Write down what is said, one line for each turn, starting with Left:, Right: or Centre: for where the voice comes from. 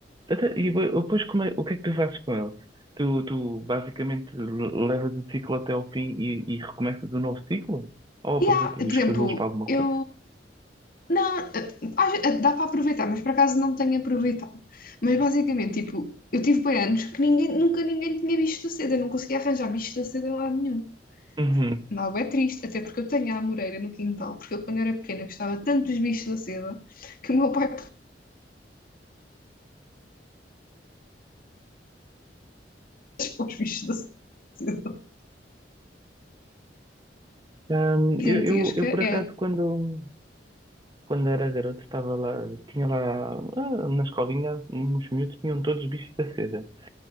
Right: Até- E bo- depois, como é- o que é que tu fazes com eles? Tu, tu basicamente le- levas o ciclo até ao fim e, e recomeças um novo ciclo? Ou aproveitas
Left: E há, por
Right: os
Left: exemplo,
Right: casulos para alguma
Left: eu.
Right: coisa?
Left: Não, eh, acho- eh, dá para aproveitar, mas por acaso não tenho aproveitado. Mas basicamente, tipo, eu tive bem anos que ninguém, nunca ninguém tinha bicho da seda, eu não conseguia arranjar bicho da seda em lado nenhum.
Right: Uhum.
Left: Não, é triste, até porque eu tenho a amoreira no quintal, porque eu quando era pequena gostava tanto dos bichos da seda que o meu pai pôs os bichos da seda.
Right: Ahm,
Left: Gigantesca
Right: eu, eu, eu, por acaso,
Left: é
Right: quando, quando era garoto, estava lá, tinha lá, ah, na escolinha, uns miúdos tinham todos bichos da seda.